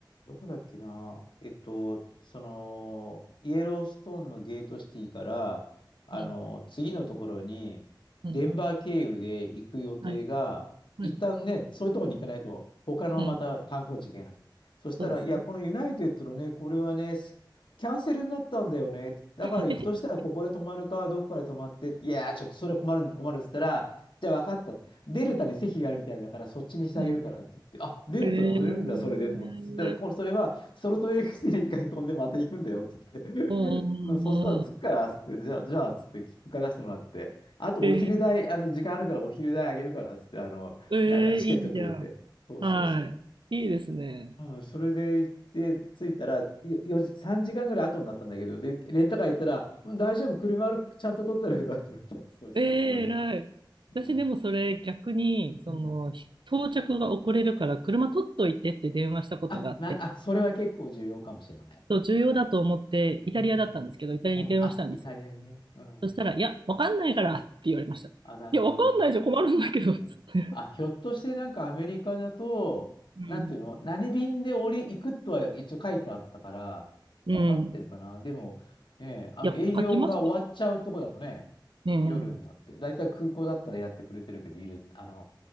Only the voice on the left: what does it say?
どこだっけな。えっと、その、イエローストーンのゲートシティから、あの、
次のところに、
デンバー経由で行く予定が、
一旦ね、そういうところに行かないと、他のまた観光地行けない。
そしたら、
いや、このユナイテッドのね、これはね、すキャンセルになったんだよね。だから行くとしたら、
ここで泊まるか、どっかで泊まって、いや、ちょっとそれ困るんで困るって言ったら、じゃあ分かったって。デルタに席があるみたいだから、そっちにしてあげるからって言って、
あ、デルタ乗れるんだ、
それでと思って。そしたら、これ、それは、ソルトレークシティに一回飛んでまた行くんだよ、つって。
<laughs> まあ、そしたら、着くから、つって、じゃあ、じゃあ、つって、切符から出してもらって、あと、
お昼代、あの、時間あるから、お昼代あげるから、つって、あの、
なんかチケットくれて。
そうそうそう。
うん、それで行って、着いたら、よ4時、3時間ぐらい後になったんだけど、で、レンタカー行ったら、うん、大丈夫、車ある、ちゃんと取ってあるからって言われて、<laughs> そうですか、
すいません。
うん。
うん
あ、な、あ、それは結構重要かもしれない。
うん。
うん。あ、イタリアね。うん。
あ、なるほど。
うんあ、
ひょっとしてなんかアメリカだと、
なんていうの、何便で降り、行くとは一応書いてあったから、
分かってるかな。でも、ね、あの営業が終わっちゃうとこだとね、
夜になって、だいたい空港だったらやってくれてるけど、いる、あの、